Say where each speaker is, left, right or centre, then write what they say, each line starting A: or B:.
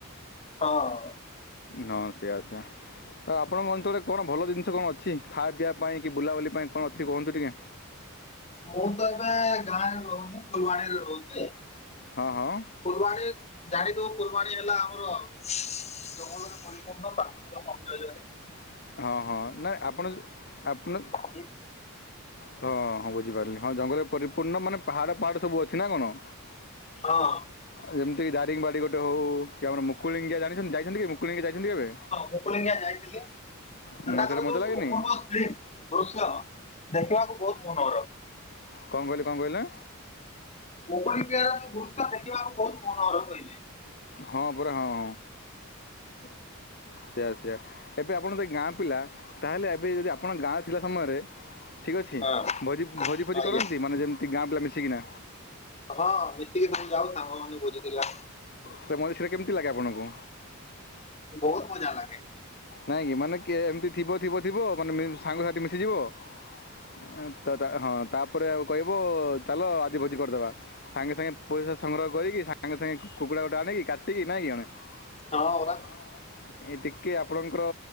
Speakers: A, on the left; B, on the left.
A: ହଁ।
B: ହଁ ସେଇଆ ସେଇଆ ତ ଆପଣଙ୍କ ଅଞ୍ଚଳ କଣ ଭଲ ଜିନିଷ କଣ ଅଛି? ଖାଆ ପିବା ପାଇଁ କି ବୁଲାବୁଲି ପାଇଁ କଣ ଅଛି କୁହନ୍ତୁ ଟିକେ?
A: ମୁଁ ତ ଏବେ ଗାଁରେ ରହୁନି। ଫୁଲବାଣୀରେ ରହୁଛି।
B: ହଁ ହଁ।
A: କୂର୍ବାଣୀ ଜାଣିଥବ କୂର୍ବାଣୀ ହେଲା ଆମର ଜଙ୍ଗଲରେ ପରିପୂର୍ଣ୍ଣ ପା <unintelligible>
B: ହଁ ହଁ ନା ଆପଣ ଆପଣ
A: ଆଜି।
B: ହଁ ହଁ ବୁଝିପାରିଲି। ହଁ ଜଙ୍ଗଲରେ ପରିପୂର୍ଣ୍ଣ ମାନେ ପାହାଡ଼ ପାହାଡ଼ ସବୁ ଅଛି ନା କଣ?
A: ହଁ।
B: ଯେମିତି ଦାରିଙ୍ଗ ବାଡ଼ି ଗୋଟେ ହଉ କି ଆମର ମୁକୁଳିଙ୍ଗିଆ ଜାଣିଛନ୍ତି ଯାଇଛନ୍ତି କି ମୁକୁଳିଙ୍ଗିଆ ଯାଇଛନ୍ତି କେବେ?
A: ମୁଲିଙ୍ଗିଆ ଯାଇଥିଲି। ସେଟାଙ୍କର
B: ହଁ, ସେଇଟା ମଜା
A: ଯୋଉ
B: ଲାଗେନି
A: ଅପୂର୍ବ ଦୃଶ୍ୟ ଦେଖିବାକୁ ବହୁତ ମନୋହର।
B: କଣ କହିଲି କଣ କହିଲେ?
A: ମୁକୁଡିିକିଆର ଯୋଉ ଦୃଶ୍ୟ ଦେଖିବାକୁ ବହୁତ ମନୋହର କହିଲି।
B: ହଁ ପରା ହଁ।
A: <unintelligible>
B: ସେୟା ସେୟା ଏବେ ଆପଣ ଯଦି ଗାଁ ପିଲା ତାହେଲେ ଏବେ ଯଦି ଆ ଆପଣ ଗାଁରେ ଥିଲା ସମୟରେ ଠିକ୍ ଅଛି
A: ହଁ।
B: ଭୋଜି ଭୋଜି ଫୋଜି
A: ଆଜ୍ଞା
B: କରନ୍ତି ମାନେ ଯେମ ଠିକ ଗାଁ ପିଲା ମିଶିକିନା?
A: ହଁ ମିଶିକି ଆମେ ଯାଉ ସାଙ୍ଗମାନେ ଭୋଜି କରିବା
B: ସେ <unintelligible> କେମିତି ଲାଗେ ଆପଣଙ୍କୁ?
A: ବହୁତ ମଜା ଲାଗେ।
B: ନାଇଁ କି ମାନେ କେ- ଏମିତି ଥିବ ଥିବ ଥିବ ମାନେ ମେ- ସାଙ୍ଗସାଥି ମିଶିଯିବ ଏଁ। ତ ତା ହଁ ତାପରେ ଆଉ କହିବ ଚାଲ ଆଜି ଭୋଜି କରିଦବା। ସାଙ୍ଗେ ସାଙ୍ଗେ ପଇସା ସଂଗ୍ରହ କରିକି ସାଙ୍ଗେ ସାଙ୍ଗେ କୁକୁଡ଼ା ଗୋଟେ ଆଣିକି କାଟିକି ନାଇଁ କି ଜଣେ <inaudible>
A: ହଁ ହଁ ପରା।
B: ଏ ଟିକେ ଆ ଆପଣଙ୍କର